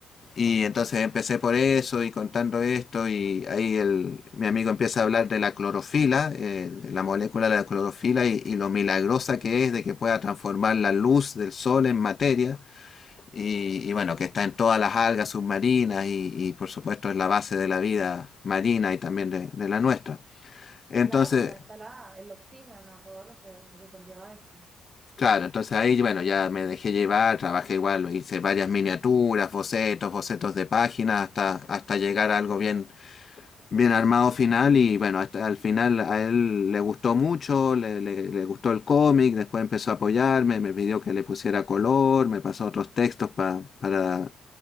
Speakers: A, on the left; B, on the right.
A: Y entonces empecé por eso y contando esto y ahí el, mi amigo empieza a hablar de la clorofila, eh, la molécula de la clorofila y, y lo milagrosa que es de que pueda transformar la luz del sol en materia y, y bueno, que está en todas las algas submarinas y, y, por supuesto es la base de la vida marina y también de, de la nuestra. Entonces,
B: Claro, porque ahí está la, el oxígeno, todo lo que, lo que conlleva eso.
A: claro, entonces ahí, bueno, ya me dejé llevar, trabajé igual, hice varias miniaturas, bocetos, bocetos de páginas hasta, hasta llegar a algo bien, bien armado final y bueno, hasta al final a él le gustó mucho, le, le- le gustó el cómic, después empezó a apoyarme, me pidió que le pusiera color, me pasó otros textos pa- para